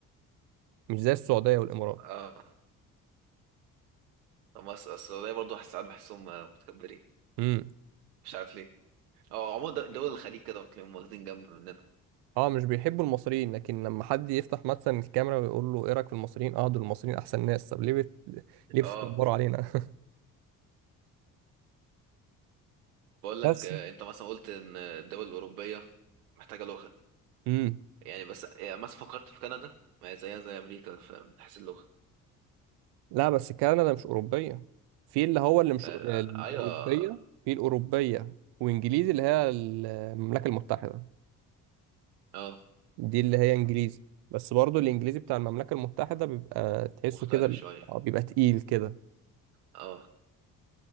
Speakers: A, on the right (about 65°); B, on the right (about 85°).
A: مش زي السعودية والإمارات
B: اه طب بس اصل برضه ساعات بحسهم متكبرين
A: امم
B: مش عارف ليه اه عموما د- دول الخليج كده بتلاقيهم واخدين جنب مننا
A: اه مش بيحبوا المصريين لكن لما حد يفتح مثلا الكاميرا ويقول له ايه رايك في المصريين اه دول المصريين احسن ناس طب ليه بت... ليه بتكبروا
B: اه
A: علينا <laughs>
B: بقول لك
A: بس
B: آه، انت مثلا قلت ان الدول الاوروبيه محتاجه لغه
A: امم
B: يعني بس يعني مثلا فكرت في كندا ما هي زيها زي امريكا ف- من حيث اللغه
A: لا بس كندا مش اوروبيه في اللي هو اللي مش
B: آه،
A: الاوروبيه
B: ايوه
A: في الاوروبيه وانجليزي اللي هي المملكه المتحده
B: اه
A: دي اللي هي انجليزي بس برضو الانجليزي بتاع المملكه المتحده بيبقى تحسه
B: مختلف
A: كده
B: شويه
A: آه، بيبقى تقيل كده
B: اه